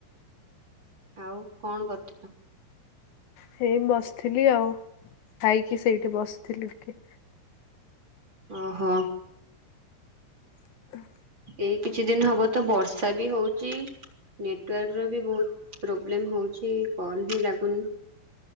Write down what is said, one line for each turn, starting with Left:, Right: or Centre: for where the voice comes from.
Right: ଆଉ କଣ କରୁଥିଲ?
Left: ହେଇ ବସିଥିଲି ଆଉ ଖାଇକି ସେଇଠି ବସିଥିଲି ଟିକେ।
Right: ଓହୋ।
Left: <inaudible>
Right: ଏଇ କିଛି ଦିନ ହବତ ବର୍ଷାବି ହଉଚି ନେଟୱାର୍କର ବି ବହୁତ୍ ପ୍ରୋବ୍ଲେମ୍ ହଉଚି କଲହିଁ ଲାଗୁନି।